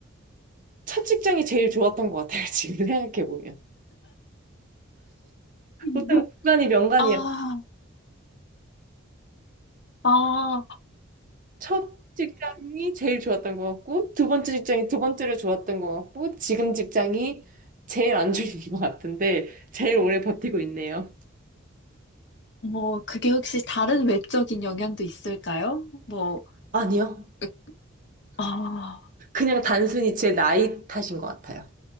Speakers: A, on the right; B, on the left.
A: 첫 직장이 제일 좋았던 것 같아요. 지금 생각해 보면
B: <laughs>
A: 보통 구간이 명간이라
B: 아, 아.
A: 첫 직장이 제일 좋았던 것 같고, 두 번째 직장이 두 번째로 좋았던 것 같고, 지금 직장이 제일 안 좋은 것 같은데, 제일 오래 버티고 있네요.
B: 뭐, 그게 혹시 다른 외적인 영향도 있을까요? 뭐,
A: 아니요.
B: 으- 아,
A: 그냥 단순히 제 나이 탓인 것 같아요.